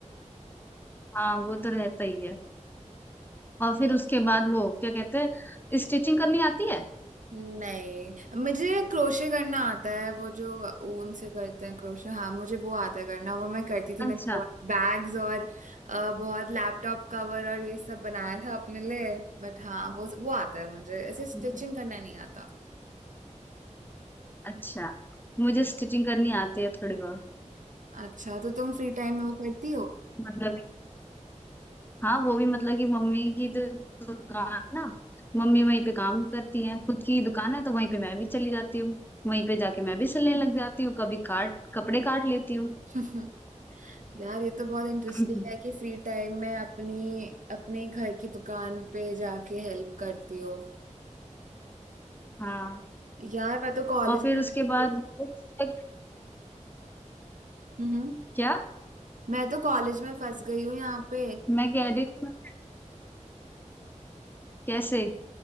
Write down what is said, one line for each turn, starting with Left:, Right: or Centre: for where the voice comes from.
Left: हाँ वो तो रहता ही है और फिर उसके बाद वो क्या कहते हैं स्टिचिंग करनी आती है
Right: नहीं मुझे क्रोशे करना आता है वो जो ऊन से करते हैं क्रोशे हाँ मुझे वो आता है करना वो मैं करती थी मैंने
Left: अच्छा
Right: बहुत बैग्स और अ, बहुत लैपटॉप कवर और ये सब बनाया था अपने लिए बट हाँ वो वो आता है मुझे ऐसे
Left: अच्छा
Right: स्टिचिंग करना नहीं आता
Left: अच्छा मुझे स्टिचिंग करनी आती है थोड़ी बहुत
Right: अच्छा तो तुम फ्री टाइम में वो करती हो
Left: मतलब हाँ वो भी मतलब कि मम्मी की तो दुकान है ना मम्मी वहीं पे काम करती है खुद की दुकान है तो वहीं पे मैं भी चली जाती हूँ वहीं पे जाके मैं भी सिलने लग जाती हूँ कभी काट कपड़े काट लेती हूँ
Right: हम्म। <laughs> यार ये तो बहुत इंटरेस्टिंग
Left: <laughs>
Right: है कि फ्री टाइम में अपनी अपने घर की दुकान पे जाके हेल्प करती हो
Left: हाँ
Right: यार मैं तो कॉलेज
Left: और फिर
Right: में
Left: उसके बाद बुक्स तक-
Right: हम्म
Left: क्या
Right: मैं तो कॉलेज में फंस गई हूँ यहाँ पे
Left: मैं कह रही हूँ कैसे